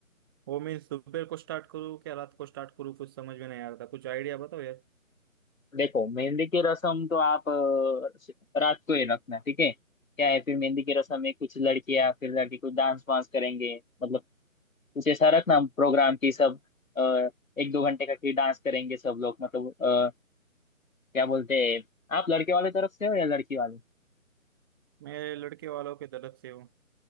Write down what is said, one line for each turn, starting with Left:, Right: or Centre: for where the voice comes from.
Right: वो मैं दोपहर को स्टार्ट करूँ क्या रात को स्टार्ट करूँ कुछ समझ में नहीं आ रहा था कुछ आइडिया बताओ यार
Left: देखो मेहंदी की रस्म तो आप अ, रात को ही रखना ठीक है क्या है फिर मेहंदी की रस्म में कुछ लड़कियां फिर लड़के कुछ डांस वांस करेंगे मतलब कुछ ऐसा रखना प्रोग्राम की सब अ, एक दो घंटे का फिर डांस करेंगे सब लोग मतलब अ, क्या बोलते हैं आप लड़के वाले तरफ से हो या लड़की वाले
Right: मैं लड़के वालों के तरफ से हूँ